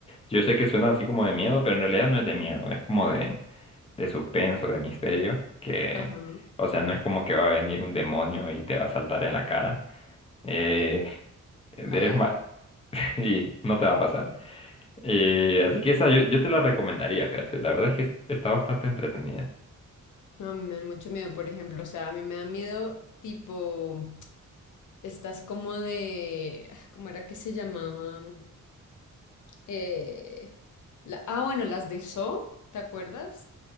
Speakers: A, on the left; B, on the left.
A: Yo sé que suena así como de miedo, pero en realidad no es de miedo, es como de, de suspenso, de misterio, que...
B: <laughs> Ajá.
A: O sea, no es como que va a venir un demonio y te va a saltar en la cara. Eh, Es
B: Ojalá
A: ma-
B: no.
A: <laughs> y no te va a pasar. Eh, así que esa yo, yo te la recomendaría, fíjate. La verdad es que es- está bastante entretenida.
B: No, a mí me dan mucho miedo, por ejemplo. O sea, a mí me da miedo tipo, estás como de, ah, ¿cómo era que se llamaban? Eh, la, ah, bueno, las de Saw, ¿te acuerdas?